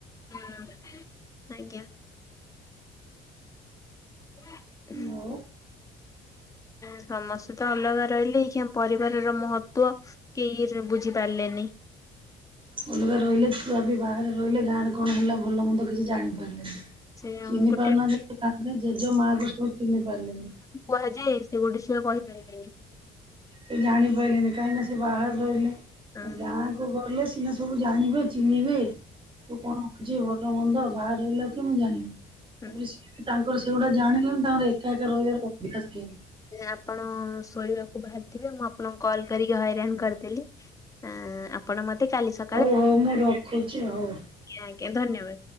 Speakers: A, on the left; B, on the right.
A: ହଁ ଆଜ୍ଞା <inaudible>
B: କି?
A: ସମସ୍ତେ ତ ଅଲଗା ରହିଲେ ଏଇ୍ ପରିବାର ର ମହତ୍ୱ। କେହି କିଛିଟା ବୁଝିପାରିଲେନି।
B: ଅଲଗା ରହିଲେ ଛୁଆ ବି ବାହାରେ ରହିଲେ ଗାଁରେ କଣ ହେଲା ଭଲ ମନ୍ଦ କିଛି ଜାଣିପାରିଲେନି।
A: ସେ ଆମ
B: ଚିହିଁ
A: ଗୋଟେ
B: <unintelligible> ପାରୁନା ଦରେ ଯେ ଯଉ ମାକୁଛ ଚିନି ପ ଲେନ୍ତି
A: କୁହାଯା ସେ ଗୋଟେ ସୟ କହିପାରିବେନି <unintelligible>
B: ସେ ଜାଣିପାରିଲେନି କାହିଁକି ସେ ବାହାରେ ରହିଲେ
A: ହଁ
B: ଗାଁ ତୁ ଗଲେ ସିନା ସବୁ ଜାଣିବେ ଚିହ୍ନିବେ ତୁ କଣ- ଆଛି ଭଲ ମନ୍ଦ ବାହାର ରହିଲା କି ମୁଁ ଜାଣିଵେ।
A: ହଉ
B: ତାପରେ ତାଙ୍କର ସେଗୁଡା ଜାଣିଲେଣି ତାଙ୍କର- କାଁକ ରହିବାର <unintelligible>
A: ଆପଣ ଶୋଇବାକୁ ବାହାରିଥିବେ। ମୁଁ ଆପଣଙ୍କୁ କଲ୍ କରିକି ହଇରାଣ କରିଦେଲି।
B: ହଁ
A: ଆଁ
B: <inaudible>
A: ଆପଣ ମତେ କାଲି -
B: ହଉ ହଉ ମୁଁ ରଖୁଛି ହଉ।
A: ଆଜ୍ଞ ଆଜ୍ଞା ଧନ୍ୟବାଦ।